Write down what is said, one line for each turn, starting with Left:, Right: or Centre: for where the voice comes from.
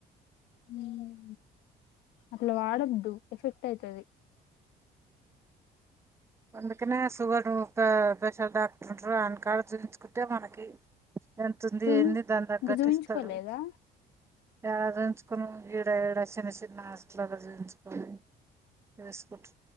Left: హ్మ్ అట్ల వాడొద్దు ఎఫెక్ట్ అయితది
Right: అందుకనే షుగర్ క స్పెషల్ డాక్టర్ ఉంటారు ఆయన కాడ చూపిచుకుంటే మనకి. ఎంత ఉంది
Left: చూయిం
Right: ఏంది దాని తగ్గట్టిస్తారు
Left: ఇంకా చూయించుకోలేదా
Right: యాడ చూయించుకున ఈడ ఈడా చిన్న చిన్న హాస్పటల్లో జూయించుకొని వేస్ ట్